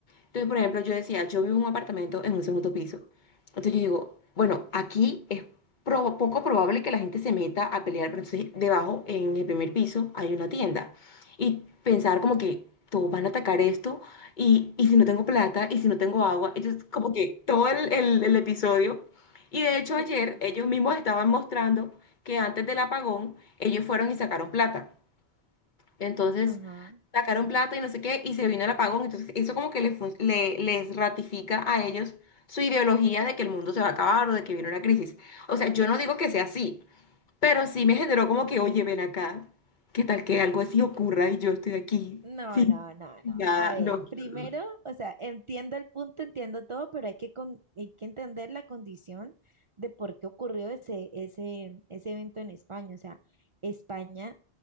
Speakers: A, on the left; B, on the right.
A: Entonces, por ejemplo, yo decía, yo vivo en un apartamento en un segundo piso. Entonces yo digo, bueno, aquí es prob- poco probable que la gente se meta a pelear, pero entonces debajo, en el primer piso, hay una tienda. Y pensar como que todos van a atacar esto, y, y si no tengo plata, y si no tengo agua, entonces como que todo el, el el episodio. Y de
B: <laughs>
A: hecho ayer ellos mismos estaban mostrando que antes del apagón ellos fueron y sacaron plata. Entonces
B: Ajá.
A: sacaron plata y no sé qué, y se vino el apagón. Entonces eso como que le fun- le- les ratifica a ellos su ideología de que el mundo se va a acabar o de que viene una crisis. O sea, yo no digo que sea así, pero sí me generó como
B: Ok.
A: que, oye, ven acá, ¿qué tal que algo así ocurra y yo estoy aquí
B: No,
A: sin
B: no, no,
A: nada?
B: no. A ver,
A: No, qué
B: primero,
A: horror.
B: o sea, entiendo el punto, entiendo todo, pero hay que, con- hay que entender la condición de por qué ocurrió ese, ese, ese evento en España. O sea, España